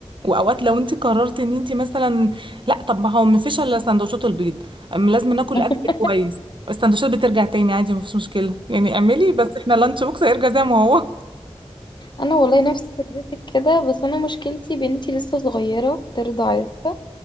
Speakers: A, on the right; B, on the left.
A: واوقات لو انت قررت ان انت مثلا لا طب ما هو ما فيش الا سندوتشات البيض أم لازم ناكل
B: <laughs>
A: اكل كويس السندوتشات بترجع تاني عادي ما فيش مشكلة يعني اعملي بس احنا اللانش بوكس هيرجع زي ما هو <laughs>
B: انا والله نفس فكرتك كده بس انا مشكلتي بنتي لسه صغيره بترضع لسه